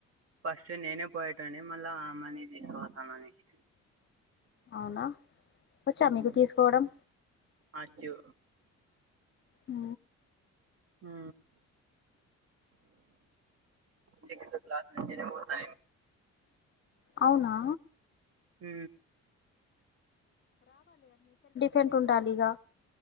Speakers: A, on the right; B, on the left.
A: ఫస్ట్ నేనే పోయేటోడ్ని మళ్ళా అమ్మ ని తీసుకపోతాన నెక్స్ట్
B: అవునా వచ్చా
A: హ్మ్
B: మీకు తీసుకపోవడం
A: అచ్చు
B: ఊ
A: ఉ సిక్స్త్ క్లాస్ నుండి నైన్
B: అవునా
A: ఊ
B: సెంట్ ఉంటాలిగా